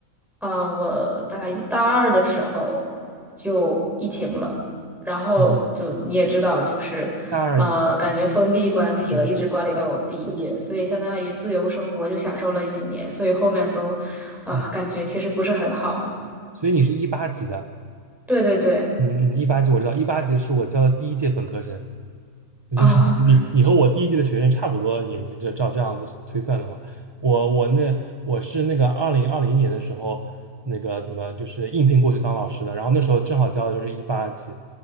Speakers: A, in the centre; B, on the right.
A: 啊、我大一大二的时候就疫情了，然后就你也知道，
B: 嗯，啊，
A: 就是，
B: 大二一，
A: 呃，感觉封闭管理了，
B: 嗯
A: 一直管理到我毕业，所以相当于自由生活就享受了一年，所以后面都，啊、
B: 嗯，嗯
A: 感觉其实不是很好。
B: 所以你是一八级的。
A: 对对对，
B: 嗯嗯，一八级我知道，一八级是我教的第一届本科生，就是
A: 啊、
B: <laughs> 你你和我第一届的学生差不多年纪，这照这样子推算的话，我我那我是那个二零二零年的时候，那个怎么就是应聘过去当老师的，然后那时候正好教的就是一八级，